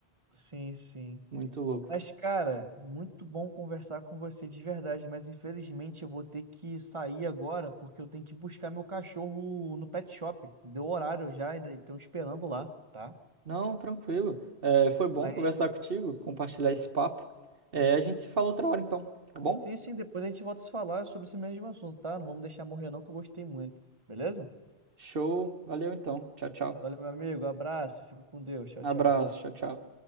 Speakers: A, on the right; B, on the right.
A: Sim, sim.
B: Muito louco.
A: Mas, cara, muito bom conversar com você de verdade, mas infelizmente eu vou ter que sair agora porque eu tenho que buscar meu cachorro no pet shop. Deu horário já, ainda estão esperando lá, tá?
B: Não, tranquilo. É, foi bom
A: Mas
B: conversar contigo, compartilhar esse papo. É, a gente se fala outra hora, então, tá bom?
A: Sim, sim, depois a gente volta a se falar sobre esse mesmo assunto, tá? Não vamos deixar morrer não, que eu gostei muito. Beleza?
B: Show. Valeu, então. Tchau, tchau.
A: Valeu, meu amigo. Abraço. Fica com Deus. Tchau,
B: Abraço.
A: tchau.
B: Tchau, tchau.